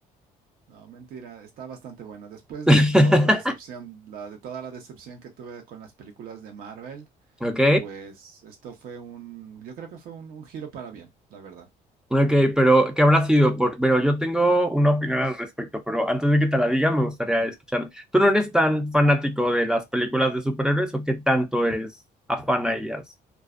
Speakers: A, on the right (about 75°); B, in the centre.
A: No, mentira, está bastante buena. Después
B: <laughs>
A: de toda la decepción, la de toda la decepción que tuve con las películas de Marvel,
B: ¿Ok?
A: pues esto fue un, yo creo que fue un, un giro para bien, la verdad.
B: Ok, pero ¿qué habrá sido? Por... Pero yo tengo una opinión al respecto, pero antes de que te la diga, me gustaría escuchar. ¿Tú no eres tan fanático de las películas de superhéroes o qué tanto eres afán a ellas?